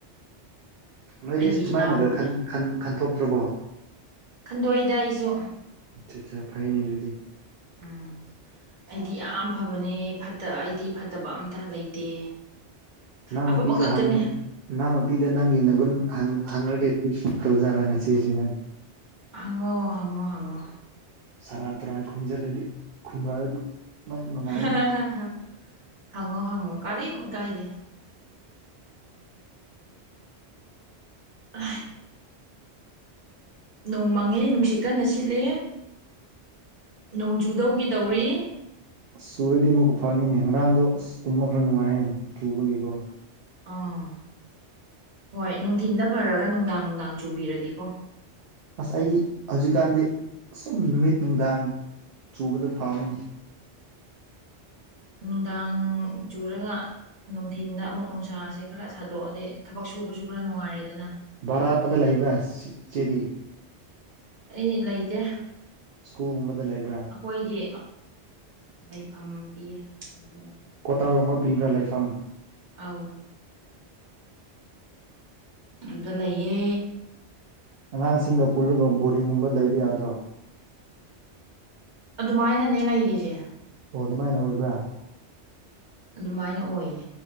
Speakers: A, on the right; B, on the right.
A: ꯅꯣꯏꯗꯤ
B: ꯑꯩꯒꯤ
A: ꯁꯨꯃꯥꯏꯅꯒ
B: ꯏꯅꯥꯎ ꯑꯣꯏꯅ
A: ꯈꯟꯈꯟ ꯊꯣꯛꯇ꯭ꯔꯕꯣ
B: ꯈꯟꯗꯣꯛꯏꯗ ꯑꯩꯁꯨ
A: ꯑ ꯑꯆꯥ ꯐꯥꯏꯅꯦ ꯑꯗꯨꯤꯗꯤ
B: ꯎꯝ ꯑꯩꯗꯤ ꯌꯥꯝ ꯐꯕꯅꯦ ꯐꯠꯇ ꯑꯩꯗꯤ ꯐꯠꯇꯕ ꯑꯝꯇ ꯂꯩꯇꯦ
A: ꯅꯪꯅ
B: ꯑꯐꯕ
A: ꯄꯤꯗ
B: ꯉꯥꯛꯇꯅꯤ
A: ꯍꯥꯡꯉ ꯏꯅꯥꯎ ꯅꯪꯒꯤ ꯅꯒꯨꯟ ꯍꯥꯡꯉꯒꯦ ꯁ ꯇꯧꯖꯥꯠꯂꯅ ꯆꯦꯁꯦ ꯍꯥꯏꯅꯤ
B: ꯍꯪꯉꯣ ꯍꯪꯉꯣ ꯍꯪꯉꯣ
A: ꯁꯔꯥꯟ ꯇꯨꯔꯥꯟ ꯈꯨꯝꯖꯤꯜꯂꯗꯤ ꯈꯨꯝꯃꯛꯑꯗꯤ ꯅꯪ ꯅꯨꯡꯉꯥꯏꯅꯤ
B: ꯍ ꯍ ꯍꯪꯉꯣ ꯍꯪꯉꯣ ꯀꯔꯤ ꯀꯥꯏꯗꯦ ꯑ ꯅꯣꯡ ꯃꯥꯡꯉꯦ ꯅꯨꯡꯁꯤꯠ ꯀꯟꯅ ꯁꯤꯠꯂ ꯅꯣꯡꯖꯨꯗꯧꯒꯤ ꯇꯧꯔꯤ
A: ꯑꯁ ꯆꯨꯔꯗꯤ ꯑꯃꯨꯛꯀ ꯐꯅꯤꯅꯦ ꯉꯔꯥꯡꯗꯣ ꯑꯁ ꯇꯨꯝꯕ ꯈꯔ ꯅꯨꯡꯉꯥꯏꯌꯦ ꯆꯨꯕꯒꯤꯀꯣ
B: ꯑꯥ ꯍꯣꯏ ꯅꯨꯡꯊꯤꯟꯗ ꯐꯔꯒ ꯅꯨꯡꯗꯥꯡ ꯅꯨꯡꯗꯥꯡ ꯆꯨꯕꯤꯔꯗꯤꯀꯣ
A: ꯑꯁ ꯑꯩꯗꯤ ꯍꯧꯖꯤꯛꯀꯥꯟꯗꯤ ꯁꯨꯝ ꯅꯨꯃꯤꯠ ꯅꯨꯡꯗꯥꯡ ꯆꯨꯕꯗꯣ ꯐꯥꯝꯃꯤꯅꯤ
B: ꯅꯨꯡꯗꯥꯡ ꯆꯨꯔꯒ ꯅꯨꯡꯊꯤꯟꯗ ꯑꯃꯨꯛ ꯅꯨꯡꯁꯥꯁꯦ ꯈꯔ ꯁꯥꯗꯣꯛꯑꯗꯤ ꯊꯕꯛ ꯁꯨꯕꯁꯨ ꯈꯔ ꯅꯨꯡꯉꯥꯏꯔꯦꯗꯅ
A: ꯚꯔꯥꯗ ꯂꯩꯕ ꯆꯦꯔꯤ
B: ꯑꯩ ꯂꯩꯇꯦ
A: ꯁ꯭ꯀꯨꯜꯒꯨꯝꯕꯗ ꯂꯩꯕ꯭ꯔꯥ
B: ꯑꯩꯈꯣꯏꯒꯤ ꯂꯩꯐꯝ ꯄꯤꯌꯦ ꯑꯗꯨꯅ
A: ꯀꯣꯇꯥꯔꯒꯨꯝꯕ ꯄꯤꯕ꯭ꯔꯥ ꯂꯩꯐꯝ
B: ꯑꯥꯎ ꯑꯗꯨꯗ ꯂꯩꯌꯦ
A: ꯑꯉꯥꯡꯁꯤꯡꯒ ꯄꯨꯜꯂꯒ ꯕꯣꯔꯗꯤꯡꯒꯨꯝꯕ ꯂꯩꯕ ꯌꯥꯗ꯭ꯔꯣ
B: ꯑꯗꯨꯃꯥꯏꯅꯅꯦ ꯂꯩꯔꯤꯁꯦ
A: ꯑꯣ ꯑꯗꯨꯃꯥꯏꯅ ꯑꯣꯏꯕ꯭ꯔꯥ
B: ꯑꯗꯨꯃꯥꯏꯅ ꯑꯣꯏꯌꯦ